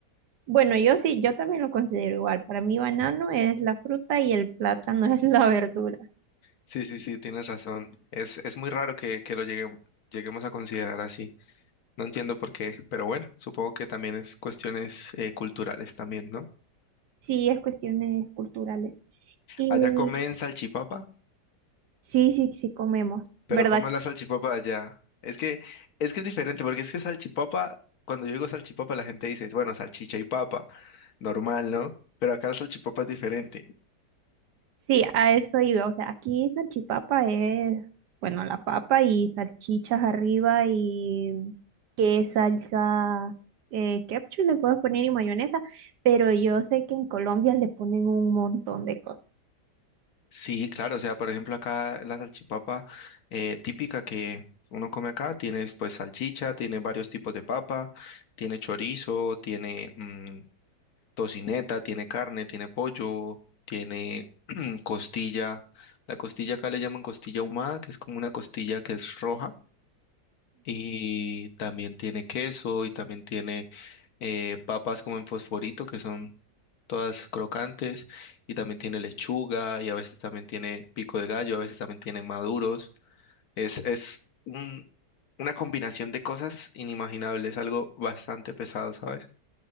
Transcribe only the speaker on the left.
Sí, sí, sí, tienes razón. Es, es muy raro que, que lo lleguem- lleguemos a considerar así. No entiendo por qué, pero bueno, supongo que también es cuestiones eh, culturales también, ¿no?
Allá comen salchipapa,
pero
¿cómo
es la salchipapa allá? Es que, es que es diferente, porque es que salchipapa, cuando yo digo salchipapa, la gente dice, bueno, salchicha y papa, normal, ¿no? Pero acá la salchipapa es diferente.
Sí, claro, o sea, por ejemplo, acá la salchipapa eh, típica que uno come acá, tiene pues salchicha, tiene varios tipos de papa, tiene chorizo, tiene mm, tocineta, tiene carne, tiene pollo, tiene <clears throat> costilla. La costilla acá le llaman costilla ahumada, que es como una costilla que es roja. Y también tiene queso y también tiene eh, papas como en fosforito, que son todas crocantes. Y también tiene lechuga y a veces también tiene pico de gallo, a veces también tiene maduros. Es, es un- una combinación de cosas inimaginables, algo bastante pesado, ¿sabes?